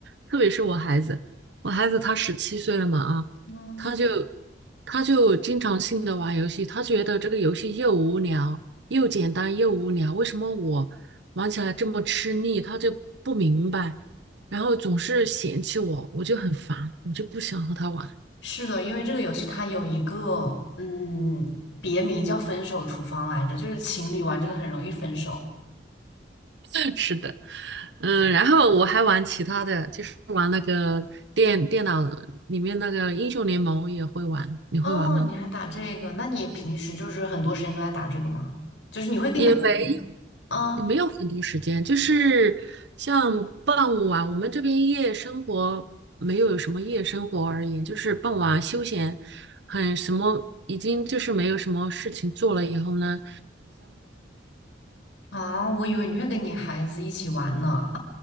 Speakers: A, on the right; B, on the left.
A: 特别是我孩子，我孩子他十七岁了嘛啊，
B: 嗯，
A: 他就他就经常性的玩游戏，他觉得这个游戏又无聊又简单又无聊，为什么我玩起来这么吃力？他就不明白，然后总是嫌弃我，我就很烦，我就不想和他玩。
B: 是的，因为这个游戏它有一个嗯别名叫“分手厨房”来着，就是情侣玩这个很容易分手。
A: <laughs> 是的，嗯，
B: 对的。
A: 然后我还玩其他的，就是玩那个电电脑里面那个英雄联盟也会玩，你会玩吗？
B: 哦，你还打这个？那你平时就是很多时间都在打这个吗？就是你会定的
A: 也没有，
B: 啊
A: 也没有很多时间，就是像傍晚，我们这边夜生活没有什么夜生活而言，就是傍晚休闲，很什么，已经就是没有什么事情做了以后呢，
B: 啊，我以为你会跟你孩子一起玩呢。